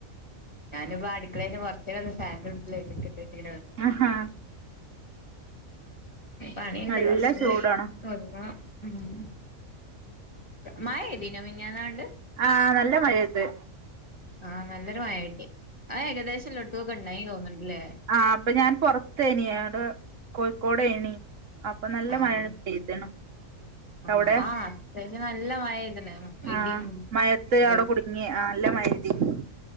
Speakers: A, on the left; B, on the right.
A: ഞാനിപ്പൊ അടുക്കളയിലയില് കുറചേരം ഫാനിന്റോട്ടില്
B: ആഹാ
A: പണിണ്ട്
B: നല്ല
A: കൊറച്ച് കൂടി
B: ചൂടാണ്
A: ഒതുക്കണം ഉം മഴ പെയ്ദിനോ മിഞ്ഞാന്നാണ്ട്?
B: ആ നല്ല മഴ പെയ്ത്.
A: ആ നല്ലൊരു മഴ കിട്ടി അത് ഏകദേശം ല്ലോട്ടുത്തുക്കും ഉണ്ടായി നി തോന്ന്ണ്ട്ല്ലേ?
B: ആ അപ്പൊ ഞാൻ പൊറത്തേനി അങ്ങട് കോഴിക്കോട് ഏനി. അപ്പൊ നല്ല
A: ആഹ്
B: മഴ പെയ്തിണ്
A: ആഹ്
B: അവിടെ
A: ആഹ് അത്യാവശ്യം നല്ല മഴ പെയ്തിന് ഇടിയും
B: ആ മയത്ത്
A: ഇടിയും
B: അവിടെ കുടുങ്ങി ആ നല്ല മഴയ്തീനി